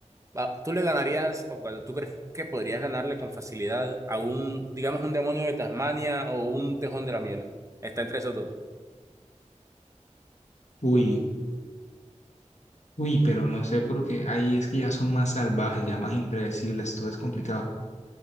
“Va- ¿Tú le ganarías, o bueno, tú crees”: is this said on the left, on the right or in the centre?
Right